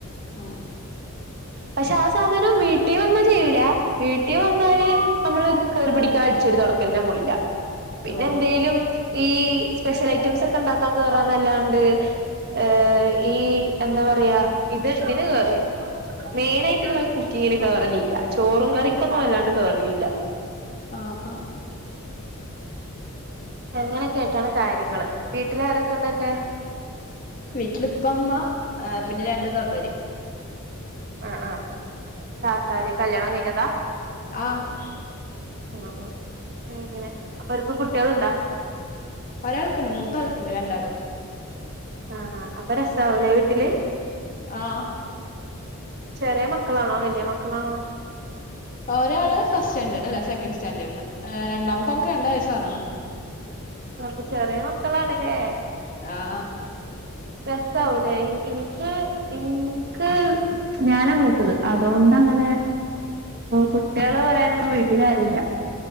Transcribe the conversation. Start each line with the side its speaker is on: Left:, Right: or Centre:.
Left: ആഹ്
Right: പക്ഷേ ആ സാധനം വീട്ടീ വന്നാ ചെയ്യൂലാ. വീട്ടി വന്നാല് അമ്മള് കേറി പഠിക്കാ അടിച്ചേരി തൊട ക്കന്നെ <unintelligible> പിന്നെ
Left: ഓഹ്
Right: എന്തേലും ഈ സ്പെഷ്യൽ ഐറ്റംസൊക്കെ ഇണ്ടാക്കാ കേറാന്നല്ലാണ്ട് ഏ ഈ എന്താ പറയാ ഇത് ഇതിന് കേറ മെയിനായിട്ടുള്ള കുക്കിങ്ങിന് കേറിലില്ല ചോറും കറിക്കൊന്നും അല്ലാണ്ട് കേറലില്ല.
Left: ആഹ് ആഹ്
Right: അങ്ങനൊക്കെ ആയിട്ടാണ് കാര്യങ്ങള് വീട്ടിൽ ആരൊക്കെണ്ട് നിന്റെ
Left: വീട്ടിലിപ്പ ഇപ്പ ഉമ്മ പിന്നെ രണ്ടു താത്തര്
Right: ആഹ് ആഹ് താത്താര് കല്യാണം കഴിഞ്ഞതാ
Left: ആഹ്
Right: ഉം ഉം അങ്ങനെ അപ്പൊ അവര്ക്ക് കുട്ടികളോണ്ടോ
Left: ഒരാൾക്കുണ്ട് മൂത്താൾക്കുണ്ട് രണ്ടാള്
Right: ആഹ് അപ്പൊ രസാവൂല്ലേ വീട്ടില്
Left: ആഹ്
Right: ചെറിയ മക്കളാണോ വലിയ മക്കളാണോ?
Left: ഒരാള് ഫസ്റ്റ് സ്റ്റാൻഡേർഡ് അല്ലെ സെക്കൻഡ് സ്റ്റാൻഡേർഡില് രണ്ടാമത്തെ ആൾക്ക് രണ്ട് വയസ്സാവിണ്
Right: അപ്പൊ ചെറിയ മക്കളാണ് ഇല്ലേ
Left: ആഹ്
Right: രസവാവുലെല്ലേ ഇൻക്ക് ഇൻക്ക് ഞാനാ മൂത്തത് അതുകൊണ്ട് അങ്ങനെ കൂട്ടികള് പറയാനൊന്നും വീട്ടിലാരൂല്ല.